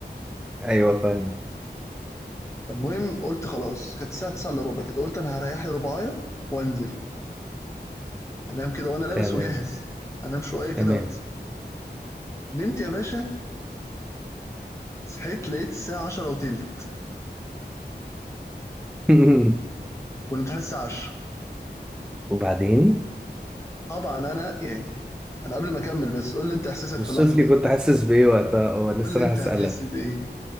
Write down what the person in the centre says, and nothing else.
ايوه فعلا
تمام
تمام
<laughs>
وبعدين
والصيف
لي كنت حاسس بايه وقتها هو لسه
راح
اسألك